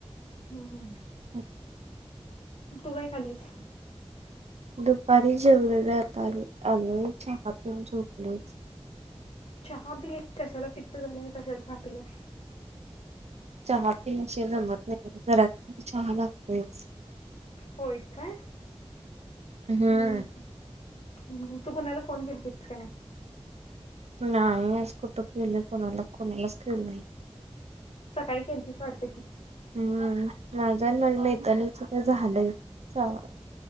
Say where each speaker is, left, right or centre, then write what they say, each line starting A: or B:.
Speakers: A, on the left; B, on the right.
A: हो हो
B: ह
A: तू काय खालीस
B: दुपारी जेवलेल्या आ आल्यावर चहा पिऊन झोपले
A: चहा पिलेस कशाला पित्त झाले कशाला चहा पिल्यास
B: चहा पिल्या शिवाय जमत नाही, घरात चहा लागतोयचं.
A: होय, काय?
B: हम्म
A: हम्मम! हम तू कुणाला फोन केलतीस का नाही?
B: नाही, आज कुठं केेलोय, कुणाला कुणालाचं केेलो नाही.
A: सकाळी केलतीस वाटतय की,
B: हम्म माझा आणि माझ्या मैत्रीणच ते झालंय सहा वेळा